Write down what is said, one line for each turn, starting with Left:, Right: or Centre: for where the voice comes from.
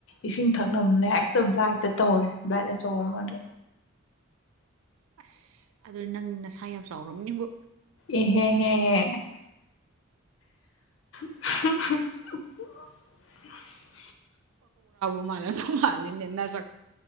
Left: ꯏꯁꯤꯡ ꯊꯛꯅꯕꯅ ꯍꯦꯛꯇ ꯂꯥꯏꯠꯇ ꯇꯧꯔꯦ ꯚꯔꯁꯨꯗ
Right: ꯑꯁ ꯑꯗꯨ ꯅꯪ ꯅꯁꯥ ꯌꯥꯝ ꯆꯥꯎꯔꯕꯝ ꯅꯤꯡꯕꯨ
Left: ꯑꯦꯍꯦ ꯍ ꯍ <unintelligible>
Right: ꯃꯥꯅꯁꯨ ꯃꯥꯜꯂꯤꯅꯤ ꯅ ꯆ